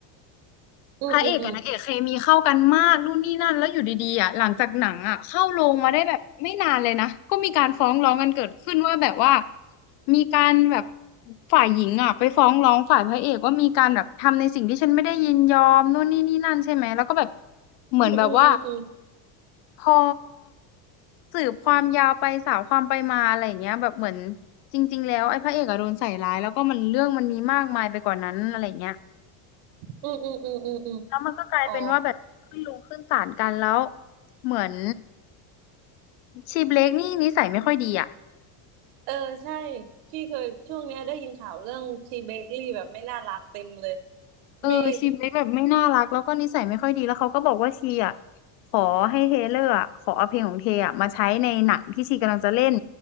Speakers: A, on the right; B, on the left.
A: อืมอืมอืม
B: พระเอกกับนางเอกเคมีเข้ากันมากนู่นนี่นั่นแล้วอยู่ดีๆอ่ะหลังจากหนังอ่ะเข้าโรงมาได้แบบไม่นานเลยนะก็มีการฟ้องร้องกันเกิดขึ้นว่าแบบว่ามีการแบบฝ่ายหญิงอ่ะไปฟ้องร้องฝ่ายพระเอกว่ามีการแบบทำในสิ่งที่ฉันไม่ได้ยินยอมนู่นนี่นี่นั่นใช่ไหมแล้วก็แบบเหมือนแบบว่า
A: อืมอืมอืม
B: พอสืบความยาวไปสาวความไปมาอะไรอย่างเงี้ยแบบเหมือนจริงๆแล้วไอ้พระเอกอะโดนใส่ร้ายแล้วก็มันเรื่องมันมีมากมายไปกว่านั้นอะไรอย่างเงี้ย
A: อืมอืมอืมอืมอืมอืม
B: แล้วมันก็กลายเป็นว่าแบบขึ้นลงขึ้นศาลกันแล้ว
A: อ๋อ
B: เหมือนชีเบรกนี่นิสัยไม่ค่อยดีอ่ะ
A: เออใช่พี่เคยช่วงเนี้ยได้ยินข่าวเรื่องทีเบเกอรี่แบบไม่น่ารักเต็มเลย
B: เออชีเล็กแบบไม่น่ารักแล้วก็นิสัยไม่ค่อยดีแล้วเขาก็บอกว่าชีอ่ะ
A: ไม่
B: ขอให้เทเลอร์อะขอเอาเพลงของเทอ่ะมาใช้ในหนังที่ชีกำลังจะเล่น